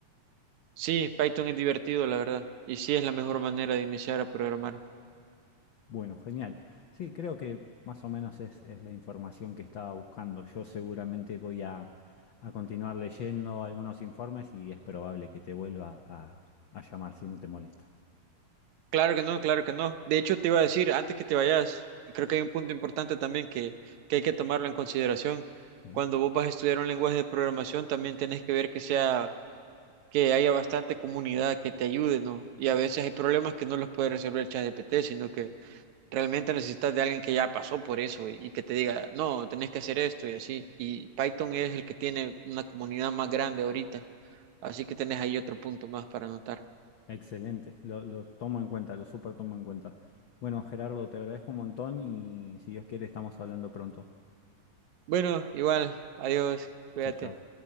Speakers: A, on the right; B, on the left.
A: Sí, Python es divertido, la verdad. Y sí es la mejor manera de iniciar a programar.
B: Bueno, genial. Sí, creo que más o menos es, es la información que estaba buscando. Yo seguramente voy a, a continuar leyendo algunos informes y es probable que te vuelva a, a llamar si no te molesta.
A: Claro que no, claro que no. De hecho, te iba a decir, antes que te vayas, creo que hay un punto importante también que, que hay que tomarlo en consideración.
B: Ujú.
A: Cuando vos vas a estudiar un lenguaje de programación, también tenés que ver que sea, que haya bastante comunidad que te ayude, ¿no? Y a veces hay problemas que no los puede resolver ChatGPT, sino que realmente necesitas de alguien que ya pasó por eso y, y que te diga, no, tenés que hacer esto y así. Y Python es el que tiene una comunidad más grande ahorita, así que tenés ahí otro punto más para anotar.
B: Excelente, lo, lo tomo en cuenta, lo súper tomo en cuenta. Bueno, Gerardo, te agradezco un montón y si Dios quiere estamos hablando pronto.
A: Bueno, igual, adiós, cuídate.
B: Chao, chao.